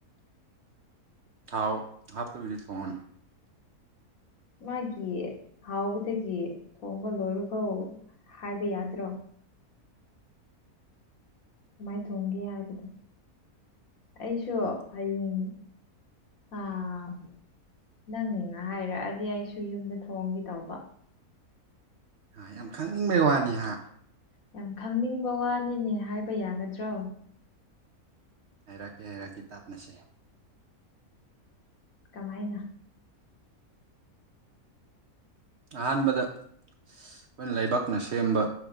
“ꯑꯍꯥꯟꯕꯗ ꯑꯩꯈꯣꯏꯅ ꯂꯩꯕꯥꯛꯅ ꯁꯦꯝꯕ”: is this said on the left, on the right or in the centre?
Right